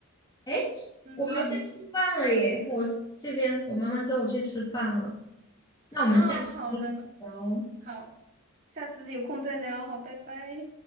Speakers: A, on the left; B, on the right.
A: 哎，
B: 嗯哼，
A: 我要去吃饭了耶，我这边我妈妈叫我去吃饭了，那我们下次
B: 啊，好的呢，
A: 再聊。
B: 好，下次有空再聊，好，拜拜。